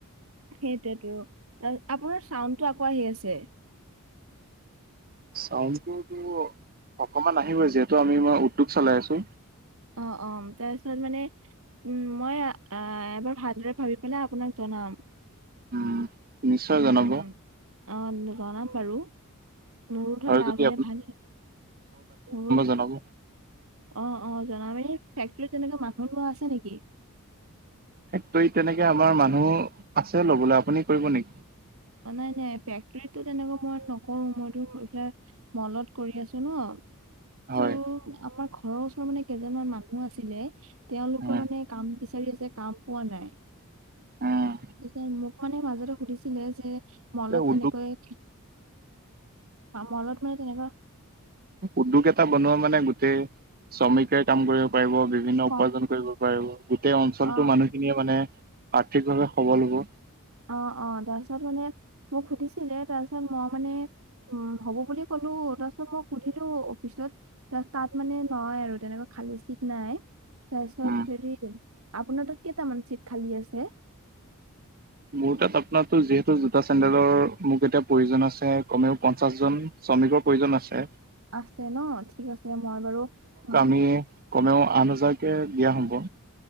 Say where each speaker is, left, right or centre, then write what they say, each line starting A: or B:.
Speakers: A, on the right; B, on the right.
A: সেইটোয়েতো আপোনাৰ চাউণ্ডতো আকৌ আহি আছে।
B: চাউণ্ডতো অকমান আহিব যিহেতু আমি মই উদ্যোগ চলাই আছো
A: অহ অহ তাৰপিছত মানে উম মই এবাৰ ভালদৰে ভাবি পেলাই আপোনাক জনাম
B: উম নিশ্চয়
A: উম
B: জনাব
A: উম অহ জানাম বাৰু মোৰোতো
B: আৰু
A: লাভ
B: যদি
A: হলে ভাল মোৰ
B: জনকো
A: অহ অহ জনাব দেই ফেক্টৰীত তেনেকে মানুহ লোৱা আছে নেকি
B: ফেক্টৰীত তেনেকে আমাৰ মানুহ আছে ল'বলৈ আপুনি কৰিব নেকি
A: মানে এনেই ফেক্টৰীতো তেনেকুৱা মই নকৰোঁ মইতো এইফালে মলট কৰি আছো ন
B: হয়
A: ত' আমাৰ ঘৰৰ ওচৰত মানে কেইজনমান মানুহ আছিলে তেওঁলোকৰ
B: উম
A: মানে কাম বিচাৰি আছে কাম পোৱা নাই
B: উম
A: পিছে মোক মানে মাজতে সুধিছিলে যে মলট
B: এ
A: তেনেকৈ
B: উদ্যোগ
A: মলট মানে তেনেকুৱা
B: উদ্যোগ এটা বনোৱা মানে গোটেই শ্ৰমিকে কাম কৰিব পাৰিব বিভিন্ন
A: কম
B: উপাৰ্জন কৰিব পাৰিব গোটেই অঞ্চলতটো
A: অ
B: মানুহ খিনিয়ে মানে আৰ্থিকভাৱে সবল হব
A: অহ অহ তাৰপিছত মানে মোক সুধিছিলে তাৰপিছত মই মানে উম হ'ব বুলি ক'লো তাৰপিছত মই সুধিলো অফিছত যে তাত মানে নহয় আৰু তেনেকুৱা খালী চিট নাই তাৰ পিছত
B: উম
A: হেৰি আপোনাৰ তাত কেইটামান চিট খালী আছে
B: মোৰ তাত আপোনাৰো যিহেতু জোতা চেন্দেলৰ মোক এতিয়া প্ৰয়োজন আছে কমেও পঞ্চাশ জন শ্ৰমিকৰ প্ৰয়োজন আছে
A: আছে ন ঠিক আছে মই বাৰু উম
B: উম কমেও আঠ হাজাৰকে দিয়া হ'ব